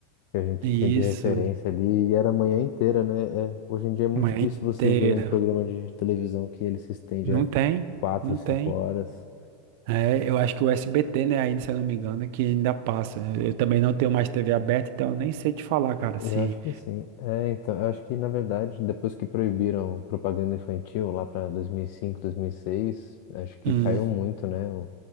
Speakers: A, on the left; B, on the right.
A: que a gente
B: Isso,
A: tinha de referência ali e era a manhã inteira, né? É, hoje em dia é muito
B: manhã
A: difícil
B: inteira.
A: você ver um programa de televisão que ele se estende
B: Não
A: a
B: tem,
A: quatro,
B: não
A: cinco
B: tem.
A: horas.
B: É, eu acho que o SBT, né, ainda, se eu não me engano, que ainda passa. Eu eu também não tenho mais TV aberta, então eu nem sei te falar, cara,
A: Eu
B: se
A: acho que sim. É, então, eu acho que na verdade, depois que proibiram propaganda infantil lá para dois dois mil mil e cinco dois mil e seis acho que
B: hum,
A: caiu muito, né, o,